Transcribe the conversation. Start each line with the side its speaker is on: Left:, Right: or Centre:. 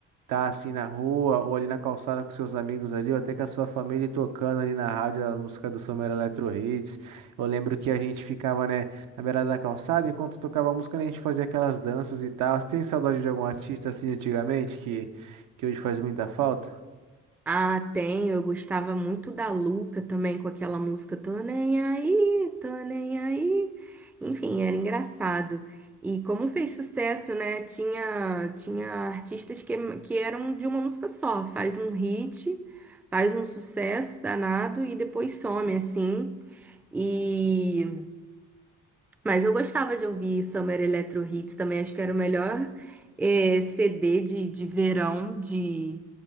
Right: tá assim na rua ou ali na calçada com seus amigos ali, ou até com a sua família e tocando ali na rádio a música do Summer Electro Hits. Eu lembro que a gente ficava, né, na beirada da calçada, enquanto tocava a música, né, a gente fazia aquelas danças e tal. Você tem saudade de algum artista assim antigamente que, que hoje faz muita falta?
Centre: Ah, tem. Eu gostava muito da Luca também, com aquela música Tô nem aí, tô nem aí. Enfim, era engraçado. E como fez sucesso, né? Tinha, tinha artistas que, que eram de uma música só. Faz um hit, faz um sucesso danado e depois some, assim. e mas eu gostava de ouvir Summer Electro Hits também, acho que era o melhor eh, CD de, de verão de,